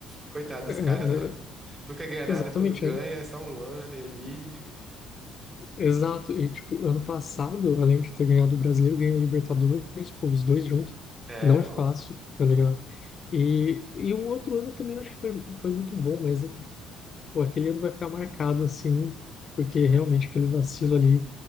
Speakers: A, on the right; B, on the left.
A: Coitado dos
B: É, é,
A: caras, né? <laughs> Nunca ganha nada,
B: exatamente,
A: quando ganha
B: né?
A: é só um ano e ali.
B: Exato, e tipo, ano passado, além de ter ganhado o Brasileiro, ganhou a Libertadores, pô, os dois juntos,
A: É,
B: não
A: pô,
B: é fácil, tá ligado? E, e o outro ano também acho que foi, foi muito bom, mas é que, pô, aquele ano vai ficar marcado assim, porque realmente aquele vacilo ali,